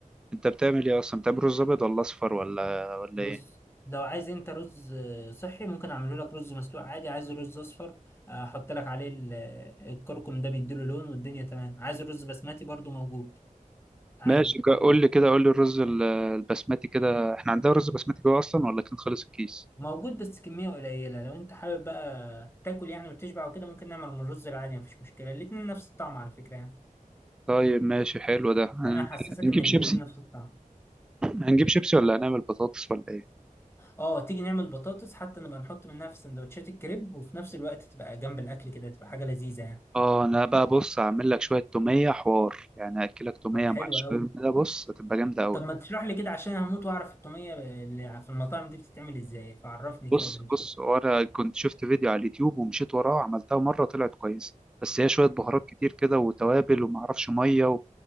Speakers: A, in the centre; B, on the left (about 15°).
A: انت بتعمل ايه اصلا بتعمل رز ابيض ولا اصفر ولا ولا
B: بص
A: ايه
B: لو عايز انت رز صحي ممكن اعمله لك رز مسلوق عادي عايز رز اصفر احط لك عليه ال- الكركم ده بيديله لون والدنيا تمام عايز رز بسمتي برضو موجود عادي
A: ماشي جا- قول لي كده قول لي الرز ال- البسمتي كده احنا عندنا رز بسمتي جوه اصلا ولا كان خلص الكيس
B: موجود بس كمية قليلة لو انت حابب بقى تاكل يعني وتشبع وكده ممكن نعمل من الرز العادي مفيش مشكلة الاتنين نفس الطعم على فكرة يعني
A: طيب ماشي حلو ده هن-
B: انا هحسسك
A: هنجيب
B: ان الاتنين
A: شيبسي
B: نفس الطعم
A: هنجيب شيبسي ولا هنعمل بطاطس ولا ايه
B: اه تيجي نعمل بطاطس حتى نبقى نحط منها في سندوتشات الكريب وفي نفس الوقت تبقى جنب الاكل كده تبقى حاجة لذيذة يعني
A: اه انا بقى بص هعمل لك شويه توميه حوار يعني هاكلك توميه
B: طب حلو
A: مع الشاورما
B: قوي
A: ده بص هتبقى جامده قوي
B: طب ما تشرح لي كده عشان هموت واعرف الطوميه اللي في المطاعم دي بتتعمل ازاي فعرفني كده
A: بص
B: معلش
A: بص وانا كنت شفت فيديو على اليوتيوب ومشيت وراه عملتها مره طلعت كويسه بس هي شويه بهارات كتير كده وتوابل وما اعرفش ميه و...